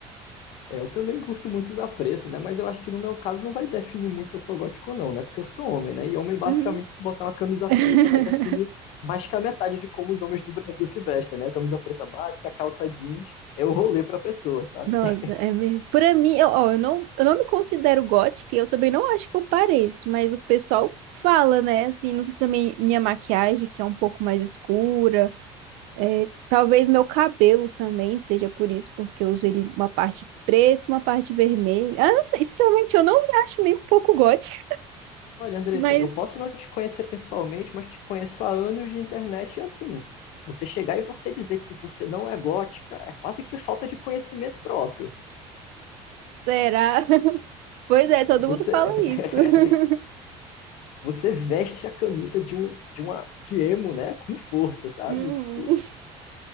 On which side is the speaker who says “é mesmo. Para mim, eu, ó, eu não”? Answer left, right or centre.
Right